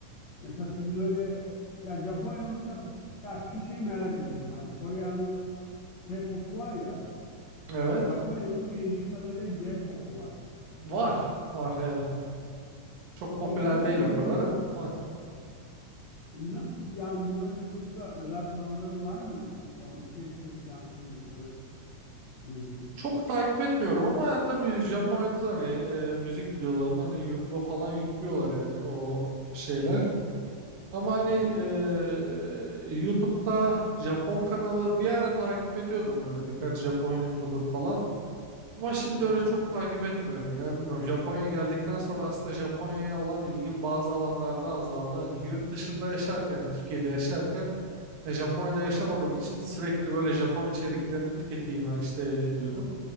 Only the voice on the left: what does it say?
Mesela senin öyle ya Japonya mutlaka ya şu şeyi merak ediyorum. Hani Kore'nin K-pop'u var ya.
Japonya'da bildiğim kadarıyla J-pop'u var.
Çok popüler
mi
bilmiyorum.
E, Nasıl yani bunların YouTube'da özel kanalları var mı? O içerikleri falan sundukları bildiğin.
Hı hı.
Evet.